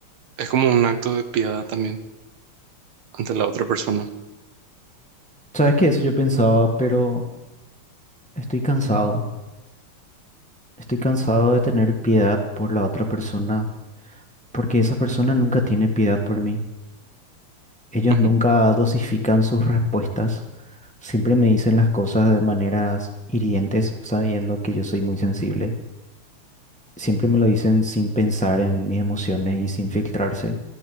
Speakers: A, on the right; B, in the centre.
A: es como un acto de piedad también ante la otra persona.
B: ¿Sabes qué? Eso yo pensaba, pero estoy cansado. Estoy cansado de tener piedad por la otra persona, porque esa persona nunca tiene piedad por mí. Ellos
A: Ujú.
B: nunca dosifican sus respuestas, siempre me dicen las cosas de maneras hirientes, sabiendo que yo soy muy sensible. Siempre me lo dicen sin pensar en mis emociones y sin filtrarse.